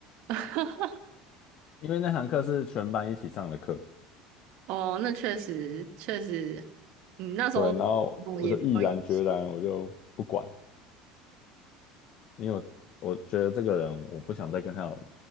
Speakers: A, on the right; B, on the left.
A: <laughs>
B: 因为那堂课是全班一起上的课。
A: 哦，那确实确实，嗯，那时候我也没有。
B: 对，然后我就毅然决然，我就不管，因为我我觉得这个人我不想再跟他有